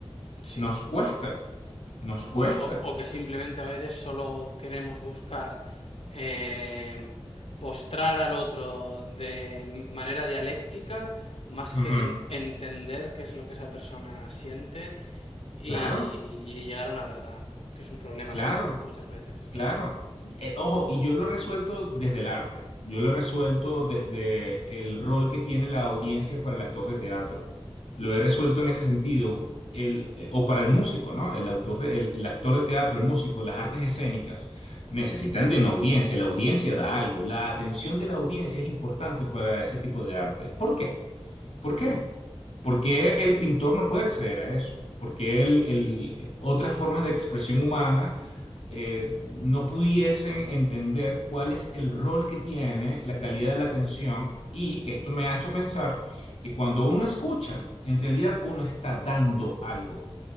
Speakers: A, on the left; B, on the left.
A: Sí.
B: nos cuesta, nos cuesta.
A: O, o- o que simplemente a veces solo queremos buscar eh, postrar al otro de manera dialéctica más
B: Ujú.
A: que en- entender qué es lo que esa persona siente y,
B: Claro,
A: y llegar a una verdad, que es un problema
B: claro.
A: que tenemos muchas veces.
B: Claro. Eh, ojo, y yo lo he resuelto desde el arte. Yo lo he resuelto desde el rol que tiene la audiencia para el actor de teatro. Lo he resuelto
A: Ujú.
B: en ese sentido. El, eh, o para el músico, ¿no? El autor de- el, el actor de teatro, el músico, las artes escénicas necesitan de una audiencia. La audiencia da algo. La atención de la audiencia es importante para ese tipo de arte. ¿Por qué? ¿Por qué? Porque el pintor no puede acceder a eso. Porque el- el- eh, otras formas de expresión humana eh, no pudiesen entender cuál es el rol que tiene la calidad de la atención y esto me ha hecho pensar que cuando uno escucha, en realidad uno está dando algo.